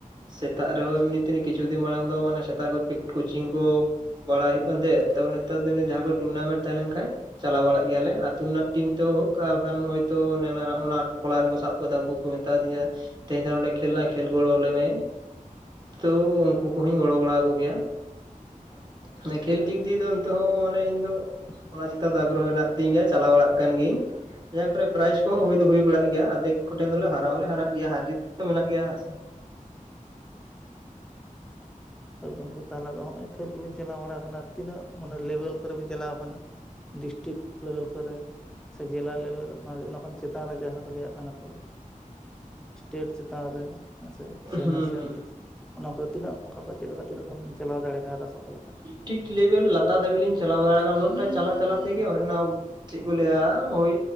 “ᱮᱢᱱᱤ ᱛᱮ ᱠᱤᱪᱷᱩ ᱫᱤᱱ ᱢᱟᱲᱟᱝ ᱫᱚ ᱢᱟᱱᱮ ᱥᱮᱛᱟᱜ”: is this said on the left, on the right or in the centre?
Right